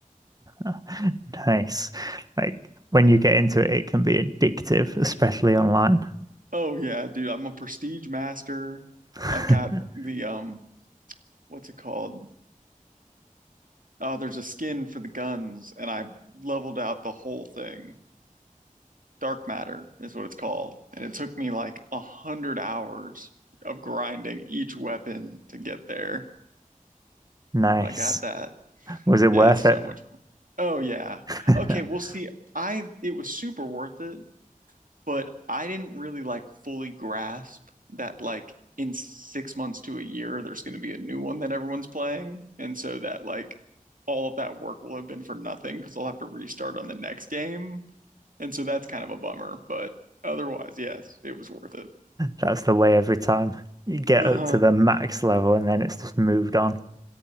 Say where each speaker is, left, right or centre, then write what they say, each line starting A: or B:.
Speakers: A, on the right; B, on the right.
A: <laughs> Nice. Like when you get into it, it can be addictive, especially online.
B: Oh yeah, dude, I'm a prestige master.
A: <laughs>
B: I've got the um what's it called? Oh, there's a skin for the guns and I leveled out the whole thing. dark matter is what it's called. And it took me like a hundred hours of grinding each weapon to get there.
A: Nice.
B: But I got that.
A: Was it worth
B: Yeah, it's so
A: it?
B: much fun. Oh yeah.
A: <laughs>
B: Okay, well see, I it was super worth it, but I didn't really like fully grasp that like in six months to a year there's gonna be a new one that everyone's playing. And so that like all of that work will have been for nothing because I'll have to restart on the next game. And so that's kind of a bummer, but otherwise, yes, it was worth it.
A: That's the way every time. You get
B: Uh-huh.
A: up to the max level and then it's just moved on.